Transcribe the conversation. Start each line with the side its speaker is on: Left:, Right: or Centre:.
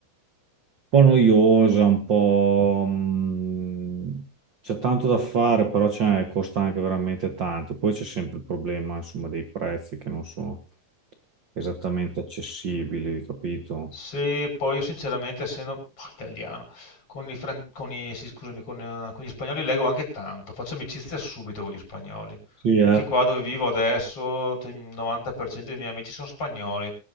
Right: po' noiosa, un po'... mm, c'è tanto da fare, però c'è, costa anche veramente tanto. Poi c'è sempre il problema, insomma, dei prezzi che non sono esattamente accessibili, capito?
Left: Se poi io sinceramente, essendo oh, italiano, con i, fran- con i- sì, scusami, con, eh, con gli spagnoli leggo anche tanto, faccio amicizia subito con gli spagnoli.
Right: Sì, eh.
Left: Anche qua dove vivo adesso, t- il 90% dei miei amici sono spagnoli.